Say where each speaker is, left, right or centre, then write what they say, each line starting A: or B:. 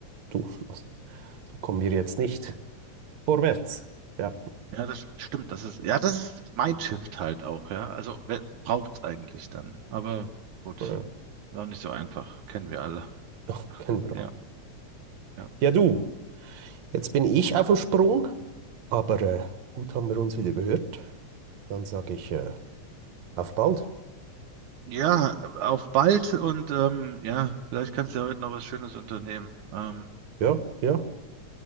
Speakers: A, on the right; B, on the right.
A: du, also, so kommen wir jetzt nicht vorwärts. Ja,
B: Ja, das stimmt. Das ist, ja, das ist Mindshift halt auch, ja. Also, wer braucht's eigentlich dann? Aber gut,
A: äh,
B: ist auch nicht so einfach. Kennen wir alle.
A: doch, kennen wir
B: Ja,
A: auch.
B: ja.
A: Ja, du, jetzt bin ich auf dem Sprung, aber äh, gut haben wir uns wieder gehört. Dann sage ich, äh, auf bald.
B: Ja, auf bald und ähm, ja, vielleicht kannst du ja heute noch was Schönes unternehmen. Ähm,
A: Ja, ja,